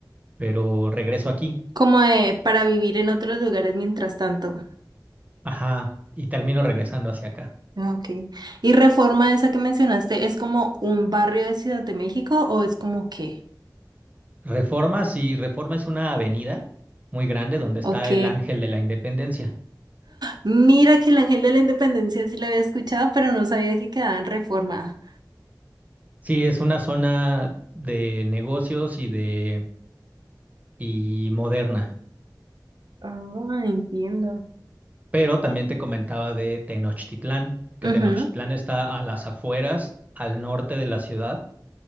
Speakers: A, on the right; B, on the right.
A: pero regreso aquí.
B: Como de para vivir en otros lugares mientras tanto.
A: Ajá, y termino regresando hacia acá.
B: Ah, Ok. ¿Y Reforma esa que mencionaste es como un barrio de Ciudad de México o es como qué?
A: Reforma, sí, Reforma es una avenida muy grande donde
B: Ok.
A: está el Ángel de la Independencia.
B: Mira que el Ángel de la Independencia sí la había escuchado, pero no sabía que quedaba en Reforma.
A: Sí, es una zona de negocios y de y moderna,
B: Ah, entiendo.
A: pero también te comentaba de Tenochtitlán, que
B: Ujú,
A: Tenochtitlán está a las afueras, al norte de la ciudad,